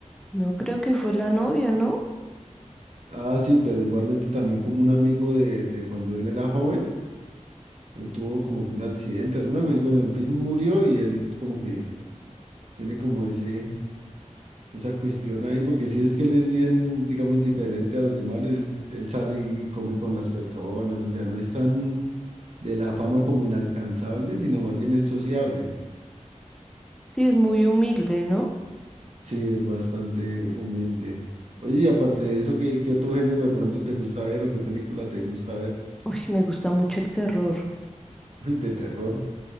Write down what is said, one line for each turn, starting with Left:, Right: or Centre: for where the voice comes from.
Centre: No creo que fue la novia, ¿no?
Right: Ah, sí, pero igualmente también como un amigo de, de cuando él era joven tuvo como que un accidente, alguna cosa, bueno, en fin, murió y él como que tiene como ese, esa cuestión ahí, porque si es que él es bien, digamos, diferente a los demás, es- él sale y come con las personas, o sea, no es tan de la fama como inalcanzable, sino más bien es sociable.
Centre: Sí, es muy humilde, ¿no?
Right: Sí, es bastante humilde. Oye, y aparte de eso, ¿qué, qué otro género de pronto te gusta ver o qué película te gusta ver?
Centre: Uy, me gusta mucho el terror.
Right: <laughs> Uy, de terror.